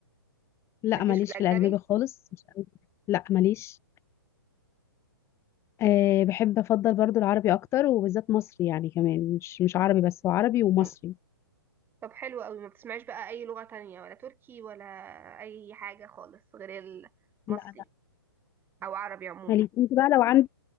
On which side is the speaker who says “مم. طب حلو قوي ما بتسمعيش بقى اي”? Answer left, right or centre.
Right